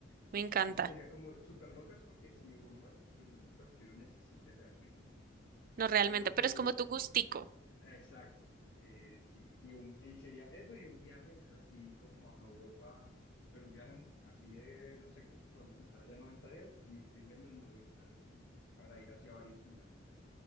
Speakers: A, on the right; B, on the left.
A: me encanta.
B: Entonces sería como súper locas porque si uno ve, pues no son cosas que uno necesite realmente,
A: No realmente,
B: pero que
A: pero es como tu gustico.
B: Exacto, eh, sí, y, un, y sería eso y un viaje así como a Europa, pero un viaje un- así de, no sé, creo que podemos estar allá 90 días y irme los 90 días para ir hacia varios lugares.